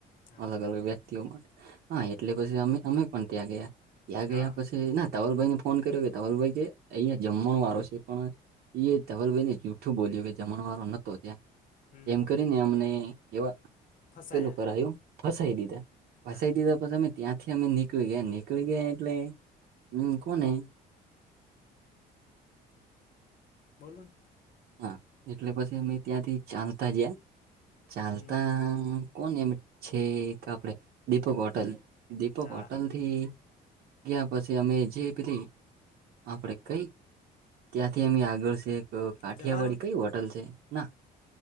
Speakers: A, on the left; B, on the right.
A: હા
B: અલગ
A: હા
B: અલગ વ્યક્તિઓ માટે. હા એટલે પછી અમે અમે પણ ત્યાં ગયા ત્યાં ગયા
A: હા
B: પછી ના ઘવલભાઈ ને ફોન કર્યો કે ઘવલભાઈ કે અહિયાયા જમવાનો વારો છે. પણ ઇ એ ધવલભાઈને જૂઠું બોલ્યું કે જમણવાનો નતો ત્યા
A: હમ
B: એમ તને અમને એવા
A: ફસાયા
B: પેલું કરું ફસાઈ દીધા ફસાઈ
A: હા
B: દીધા. પણ ત્યાંથી અમે નીકળી ગયા નીકળી ગયા એટલે હમ કોને
A: બોલો.
B: હા એટલે પછી અમે ત્યાથી ચાલતા જયા ચાલતા
A: હમ
B: એમ છે કે આપડે દીપક હોટલ દીપક
A: હા
B: હોટલ એ ગયા પછી અમે જેપી આપણેે કઈ ત્યાંથી અમે આગળ છે એક કાઠિયાવાડી
A: જલારામ
B: કઈ હોટ હોટલ છે ના